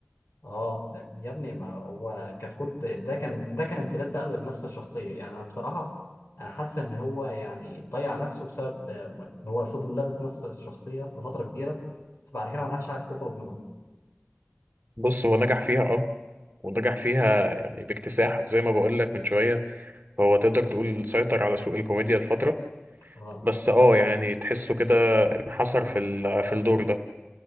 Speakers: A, on the left; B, on the right.
A: اه يا ابني ما هو كتكوت ده كان ده كان امتداد بقى لنفس الشخصيه يعني انا بصراحه انا حاسس ان هو يعني ضيع نفسه بسبب آه، ان هو فضل لابس نفس الشخصيه لفتره كبيره فبعد كده ما عادش عارف يخرج منها
B: بص هو نجح فيها اه ونجح فيها يعني باكتساح زي ما بقول لك من شوية هو تقدر تقول سيطر على سوق الكوميديا لفترة
A: اه
B: بس اه يعني تحسه كده انحصر في ال- في الدور ده